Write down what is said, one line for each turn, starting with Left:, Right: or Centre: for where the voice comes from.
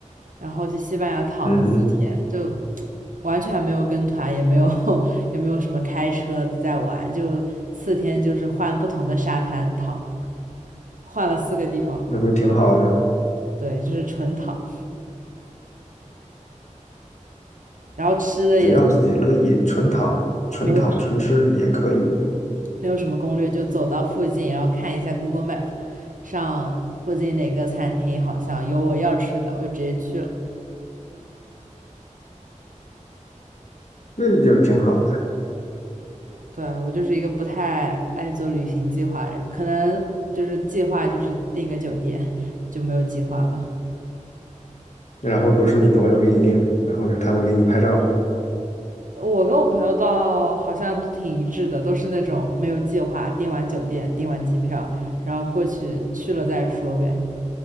Right: 然后去西班牙躺了四天，
Left: 嗯，
Right: 就完全没有跟团，也没有 <laughs> 也没有什么开车在玩，就四天就是换不同的沙滩躺，换了四个地方，
Left: 那不是挺好吗？
Right: 对，就是纯躺，然后吃的也
Left: 只要自己乐意，纯躺、纯躺、
Right: 没有
Left: 纯吃也可以，
Right: 没有什么攻略，就走到附近，然后看一下 Google Map，上附近哪个餐厅好像有我要吃的，我就直接去了。
Left: 这就挺好的。
Right: 对我就是一个不太爱做旅行计划的人，可能就是计划就是订个酒店就没有计划了。
Left: 然后都是你朋友给你定，然后他们给你拍照。
Right: 我跟我朋友倒好像都挺一致的，都是那种没有计划，订完酒店，订完机票，然后过去去了再说呗。